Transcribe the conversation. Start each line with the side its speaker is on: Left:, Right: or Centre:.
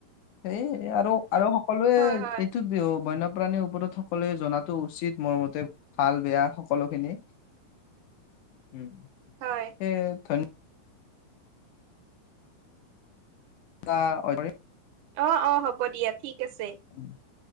Left: সেই এই আৰু আৰু সকলোৱেই
Right: হয় হয়
Left: এইটো বিহ, বন্যপ্ৰাণীৰ ওপৰত সকলোৱে জনাতো উচিত মোৰ মতে, ভাল বেয়া সকলো খিনি। উম।
Right: হয়।
Left: এই ধন্য <unintelligible>
Right: অ অ হ'ব দিয়া, ঠিক আছে।
Left: <inaudible>